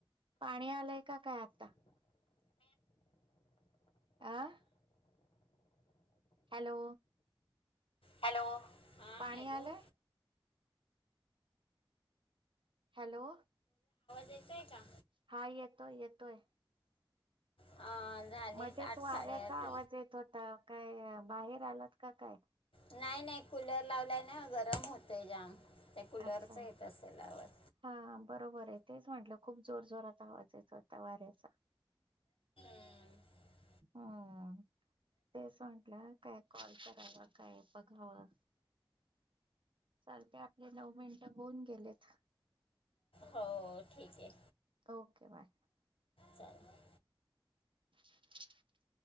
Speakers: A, on the right (about 70°); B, on the left (about 90°).
A: पाणी आलंय का काय आत्ता. आह. हॅलो.
B: हॅलो. हा
A: पाणी
B: हॅलो
A: आलंय. हॅलो.
B: येतय का?
A: हा येतोय येतोय.
B: हा, झालेत
A: मधेच
B: आठ
A: वाऱ्याचा
B: साडेआठ
A: आवाज येत होता काय बाहेर आलात का काय?
B: नाई नाही कूलर लावलाय ना गरम होतोय जाम. त्या कूलरचा
A: अच्छा
B: येत असेल आवाज
A: हा बरोबर आहे तेच म्हटलं. खूप जोर जोरात आवाज येत होता वाऱ्याचा.
B: <inaudible>
A: हां. तेच म्हटलं काय कॉल कराव काय बघावं. चालते आपले नऊ मिनिटं होऊन गेलेत.
B: हो ठीक आहे
A: ओके बाय.
B: चालेल
A: <unintelligible>